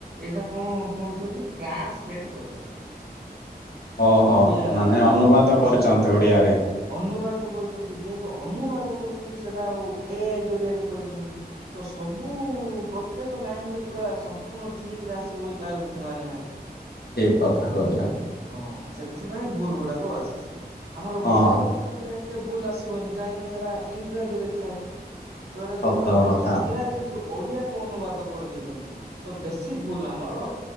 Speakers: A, on the right (about 85°); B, on the left (about 75°).
A: ଏଇଟା କଣ କଛନ୍ତି ଟ୍ରାନ୍ସଲେଟ କରୁଛନ୍ତି।
B: ଓହୋ
A: ତ ଓଡ଼ିଆ
B: ମାନେ ଅନୁବାଦ
A: ଭାଷା
B: କରିଛନ୍ତି ଓଡିଆରେ।
A: ଅନୁବାଦ କରୁଛନ୍ତି ଯେହେତୁ ଅନୁବାଦ କରୁଛନ୍ତି ସେଇଟା ଆଉ ଏ ଆଇ ଜରିଆରେ କରିଛନ୍ତି ତ ସବୁ ପ୍ରତ୍ୟେକ ଲାଇନ ଯେ ପୁରା ସମ୍ପୂର୍ଣ୍ଣ ଠିକ ଏଥିରେ ଆସିବ ବୋଲି ତାର କିଛି ମାନେ ନାହିଁ।
B: କଥା କହିଲ।
A: ହଁ ସେଥିପାଇଁ ଭୁଲ ଗୁଡାକ ଆସିଛି ଆମର
B: ହଁ
A: ବଡ କ୍ଷେତ୍ରରେ ଏତେ। ଭୁଲ ଆସିବନି କାହିଁକି ନା ସେଟା ଇଂରାଜୀ ରେ ଥାଏ। ତ ଏଇଟା
B: ସତ
A: ଯୋଉ ଆମେ
B: କଥା
A: ଇଂରାଜୀରେ ଯୋଉ ଓଡିଆକୁ ଅନୁବାଦ କରିଦେଇଛନ୍ତି ତ ବେଶୀ ଭୁଲ ଆମର